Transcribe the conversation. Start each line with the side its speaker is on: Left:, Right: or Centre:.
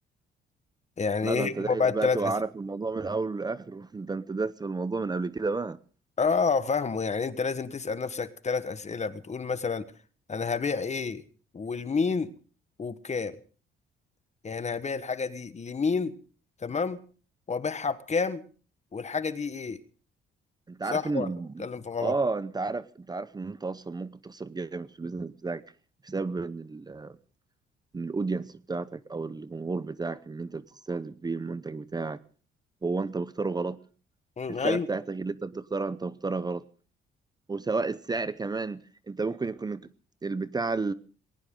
Left: يعني
Right: لا ده
Left: ايه
Right: انت دايس
Left: هما بقى الثلاث
Right: بقى تبقى
Left: اسئله
Right: عارف الموضوع من الاول للاخر <laughs> ده انت دايس في الموضوع من قبل كده بقى
Left: اه فاهمه يعني انت لازم تسال نفسك ثلاث اسئله بتقول مثلا انا هبيع ايه والمين وبكام يعني انا هبيع الحاجه دي لمين تمام وابيعها بكام والحاجه دي ايه
Right: انت
Left: صح
Right: عارف ان
Left: ولا بتكلم في غلط
Right: اه انت عارف انت عارف ان انت اصلا ممكن تخسر جامد في البيزنس بتاعك بسبب ان ال- ان الاودينس بتاعتك او الجمهور بتاعك ان انت بتستهدف بيه المنتج بتاعك هو انت بختاره غلط
Left: مم،
Right: الفئة
Left: ايوه
Right: بتاعتك اللي انت بتختارها انت مختارها غلط وسواء السعر كمان انت ممكن يكون البتاع